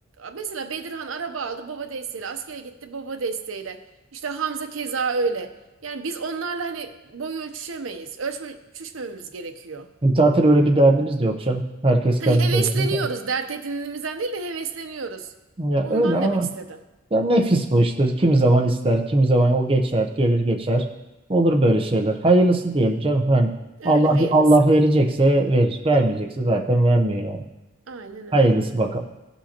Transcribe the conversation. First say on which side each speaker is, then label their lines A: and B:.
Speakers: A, on the right (about 80°); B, on the right (about 25°).
A: mesela Bedirhan araba aldı baba desteğiyle. Askere gitti baba desteğiyle. İşte Hamza keza öyle. Yani biz onlarla hani boy ölçüşemeyiz. Ölçme, ölçüşmememiz gerekiyor.
B: Zaten öyle bir derdimiz de yok canım. Herkes
A: Hani
B: kendi
A: hevesleniyoruz.
B: derdi.
A: Dert edindiğimizden değil de hevesleniyoruz.
B: Ya
A: Ondan
B: öyle ama
A: demek istedim.
B: Ya nefis bu işte. Kimi zaman ister, kimi zaman o geçer, gelir geçer. Olur böyle şeyler. Hayırlısı diyelim canım. Yani
A: Öyle
B: Allah
A: hayırlısı.
B: Allah verecekse verir, vermeyecekse zaten vermiyor yani.
A: Aynen öyle.
B: Hayırlısı bakalım.